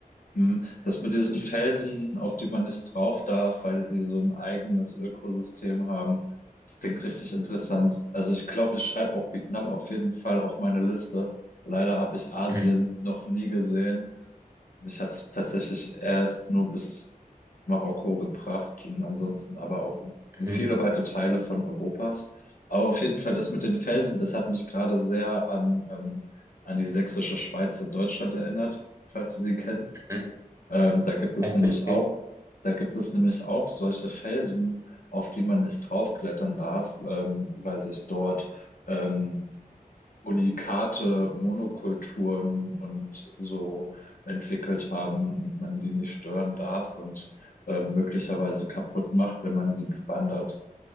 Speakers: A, on the left; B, on the right.
A: Hm, Das mit diesen Felsen, auf die man nicht drauf darf, weil die sie so ein eigenes Ökosystem haben, das klingt richtig interessant. Also ich glaube, ich schreibe auch Vietnam auf jeden Fall auf meine Liste. Leider habe ich Asien
B: Mhm.
A: noch nie gesehen. Mich hat es tatsächlich erst nur bis Marokko gebracht und ansonsten aber auch in
B: Mhm.
A: viele weite Teile von Europas. Aber auf jeden Fall das mit den Felsen, das hat mich gerade sehr an, ähm, an die Sächsische Schweiz in Deutschland erinnert, falls du die kennst.
B: Mhm.
A: Ähm, da gibt es
B: Ein
A: nämlich
B: bisschen.
A: auch, da gibt es nämlich auch solche Felsen, auf die man nicht draufklettern darf, ähm, weil sich dort ähm, Unikate, Monokulturen und so entwickelt haben und man die nicht stören darf und ähm, möglicherweise kaputt macht, wenn man sie bewandert.